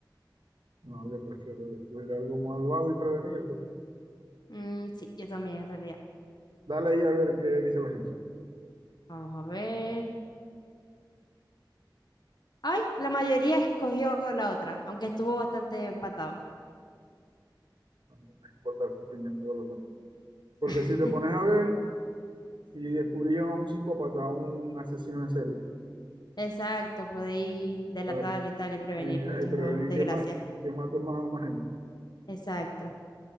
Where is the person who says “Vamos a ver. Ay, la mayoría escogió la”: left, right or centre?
Left